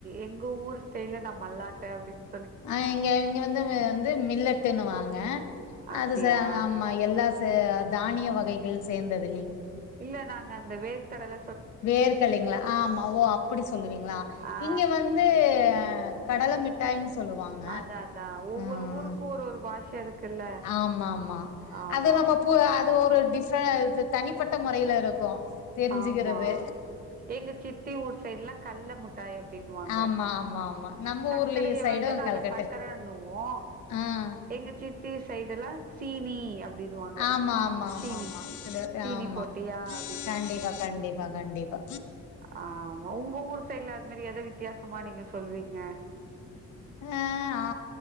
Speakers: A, on the right (about 30°); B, on the left (about 70°).
A: எங்க ஊர் ஸ்டைல நா மல்லாட் அப்டின்
B: ஆ எங்க இங்க வந்து வந்து மில்லட்டுன்னுவாங்க
A: அப்படியா
B: அது ச ஆமா எல்லா த தானிய வகைகள் சேந்தது
A: இல்ல நாங்க அந்த வேர்க்கடல
B: வேர்க்கலைங்களா ஆ ஆமா ஓ அப்படி சொல்லுவிங்களா
A: ஆ
B: இங்க வந்து கடல மிட்டாய்னு சொல்லுவாங்க
A: அதான் அதான் ஒவ்வொரு
B: ம்
A: ஊருக்கும் ஒரு ஒரு பாஷை இருக்குல்ல
B: ஆமாமா
A: ஆமா
B: அது நம்ம பு அது ஒரு டிஃப இது தனிப்பட்ட முறைல இருக்கு தெரிஞ்சுக்கிறது
A: ஆமா எங்க சித்தி ஊர் சைடுல்லா கல்ல முட்டாய் அப்டினுவாங்க
B: ஆமா ஆமா ஆமா நம்ம
A: சக்கரைய
B: ஊர்லயே சைடும்
A: வந்து நாங்க
B: கல்கட்டு
A: சக்கரண்ணுவோ
B: ஆ
A: எங்க சித்தி தி சைடெல்லா சீனி அப் டின்னுவாங்க
B: ஆமா ஆமா ஆமா
A: சீனி
B: ஆமா சில
A: சீனி
B: ஆமா
A: போட்டியா அப்டி
B: கண்டிப்பா கண்டிப்பா கண்டிப்பா
A: ஆமா உங்க ஊர் சைட்ல அது மாரி எத வித்தியாசமா நீங்க சொல்விங்க
B: ஆ ஆ